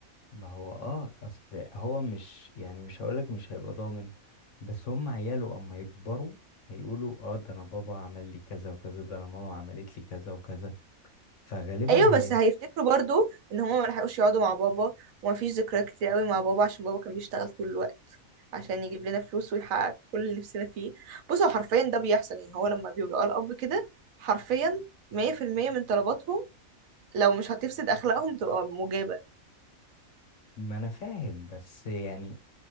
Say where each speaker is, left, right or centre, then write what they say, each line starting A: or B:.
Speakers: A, on the left; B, on the right.
A: ما هو اه اصل هو مش يعني مش هقولك مش هيبقى ضامن بس هم عياله اما يكبروا هيقولوا اه ده انا بابا عمل لي كذا وكذا ده انا ماما عملت لي كذا وكذا فغالبا
B: ايوه
A: هي
B: بس هيفتكروا برضو ان هما ما لحقوش يقعدوا مع بابا ومفيش ذكريات كتير قوي مع بابا عشان بابا كان بيشتغل طول الوقت عشان يجيب لنا فلوس ويحقق كل اللي نفسنا فيه بص هو حرفيا ده بيحصل يعني هو لما بيبقى الاب كده حرفيا 100% من طلباتهم لو مش هتفسد اخلاقهم بتبقى مجابة
A: ما انا فاهم بس يعني